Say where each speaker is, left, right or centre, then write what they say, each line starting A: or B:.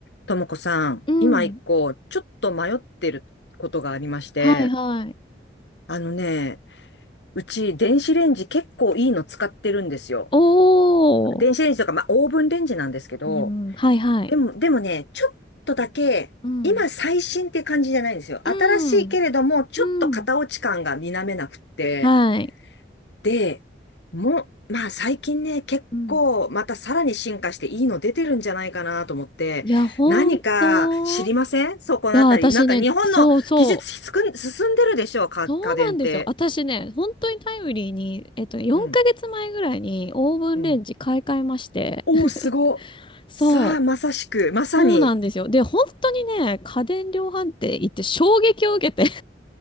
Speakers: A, on the left; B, on the left.
A: ともこさん、
B: うん。
A: 今一個、ちょっと迷ってることがありまして、
B: はいはい。
A: あのね、うち電子レンジ結構いいの使ってるんですよ。
B: おー。
A: 電子レンジとか、
B: う
A: まあオーブンレンジなんですけど、
B: んはいはい。
A: でも、でもね、ちょっとだけ、
B: うん。
A: 今最新って感じじゃないんですよ。
B: うん。
A: 新しいけれども、ちょっと型落ち感が否めなくって、
B: うん。はい。
A: で、も、まあ最近ね、結構またさらに進化していいの出てるんじゃないかなと思って、
B: うん。いや、ほんと。
A: 何か知りませんそこのあたり。
B: いや、私ね、
A: なんか日本の技術しつく進んでるでしょうか家電って。
B: そうそう。そうなんですよ。私ね、本当にタイムリーに、えっとね、4ヶ月前ぐらいにオーブンレンジ買い替えまして。
A: うん、うん。おー、すご。
B: <laughs> そう。
A: さあ、まさしく、まさに。
B: そうなんですよ。で、本当にね、家電量販店行って衝撃を受けて